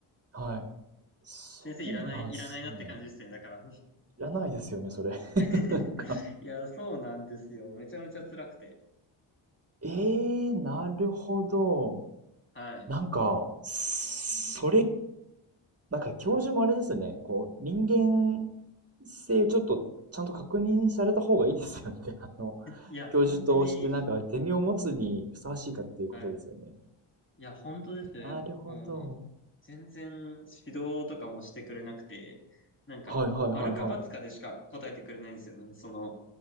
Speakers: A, on the right (about 30°); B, on the left (about 25°).
A: はい。そうなんすね。
B: 先生いらない、いらないなって感じですね、だから。
A: いらないですよね、それ。
B: <laughs>
A: <laughs> なんか、
B: いや、そうなんですよ。めちゃめちゃ辛くて。
A: えー、なるほど。
B: はい。
A: なんか、それ、なんか教授もあれですね、こう、人間性をちょっとちゃんと確認された方がいいですよね。<laughs> あの、
B: いや、
A: 教授としてなんかゼミを持つにふさわしいかっていうことですよね。
B: 本当に、はい。いや、本当ですよ。
A: なるほど。
B: やっもう、全然指導とかもしてくれなくて、なんか、
A: はいはいはいは
B: 丸か×かでしか答えてくれないんですよね。その、